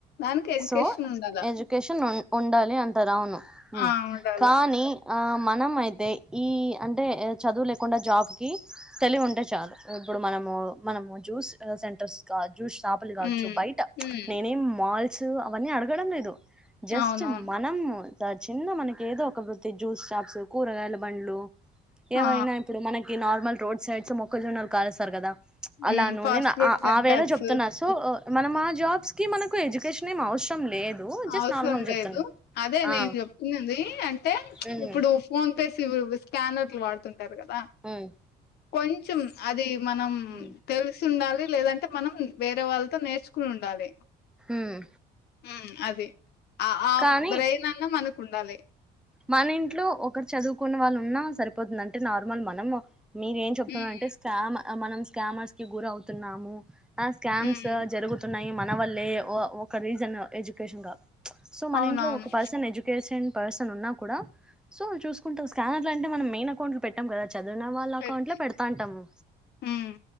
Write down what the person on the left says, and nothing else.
దానికి ఎడ్యుకేషన్
ఉండాలా
ఆ ఉండాల
హ్మ్
హ్మ్
అవునవును.
ఆ!
హ్మ్.
ఫాస్ట్
ఫుడ్
సెంటర్స్
అవసరం
లేదు
అదే
నేను చెప్తున్నది అంటే
ఇప్పుడు ఫోన్ పేసిపి స్కానర్లు వాడుతుంది కద కదా
కొంచం అది మనం
తెలిసి ఉండాలి లేదంటే మనం వేరే వాళ్ళతో నేర్చుకుని ఉన్ డాలే
ఉ మ్ అద అదే ఆ ఆ
బ్రెయిన్ అన్న మనకు కుండాలి
హ్మ్.
హ్మ్.
అవునవును.
పెట్
హ్మ్.